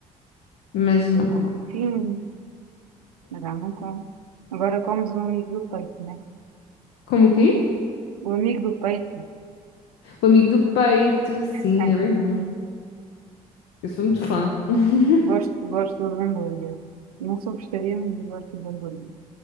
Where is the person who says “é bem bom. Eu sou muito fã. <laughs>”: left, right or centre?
Left